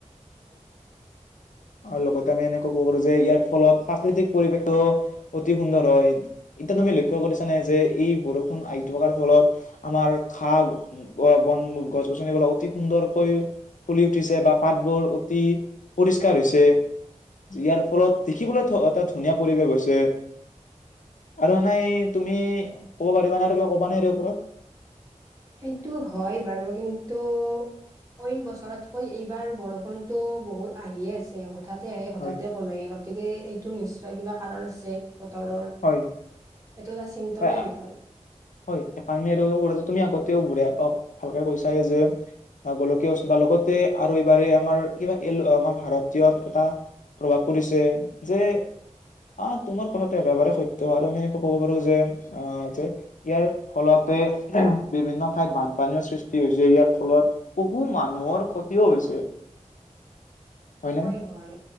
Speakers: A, on the right; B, on the left.
A: অ
B: আৰু লগতে আমি এনেকুৱা ক'ব পাৰো যে ইয়াৰ ফলত প্ৰাকৃতিক পৰিৱেশটো অতি সুন্দৰ হয় এতিয়াতো আমি লক্ষ্য কৰিছা নে যে এই ষুণ আহি থকাৰ ফলত আমাৰ খা বন গছ গছনিব অতি সুন্দৰকৈ ফুলি উঠিছে বা পাতবোৰ অতি পৰিষ্কাৰ হৈছে ইয়াৰ ফলত দেখিবলৈ এটা ধুনীয়া পৰিৱেশ হৈছে আৰু নাই তুমি ক'ব পাৰিবা নে আৰু কিবা ক'বা নাই ওপৰত
A: সেইটো হয় বাৰু কিন্তু অইন বছৰতকৈ এইবাৰ বৰষুণটো বহুত আহিয়ে আছে হঠাতে আহে হঠাতে
B: হয়
A: কমে গতিকে এইটো নিশ্চয় কিবা কাৰণ আছে বতৰৰ
B: হয়।
A: এইটো এটা চিন্তনীয়
B: হয়
A: বিষয়
B: হয় তুমি আগতেওুঢ় অ ভালকে কৈছে যে গোলকীয় লগতে আৰু এইবাৰ আমাৰ কিবা এ আমাৰ ভাৰতীয়ত এটা প্ৰভাৱ পৰিছে যে আহ তোমাৰ কথাটো একেবাৰে সত্ আৰু আমি এনেকুৱা কব পাৰো যে আহ যে ইয়াৰ ফলতে বিভিন্ন ঠাইত বানপানীৰও সৃষ্টি হৈছে ইয়াৰ ফলত বহু মানুহ মৰ ক্ষতিও হৈছে হয়নে
A: হয় হয়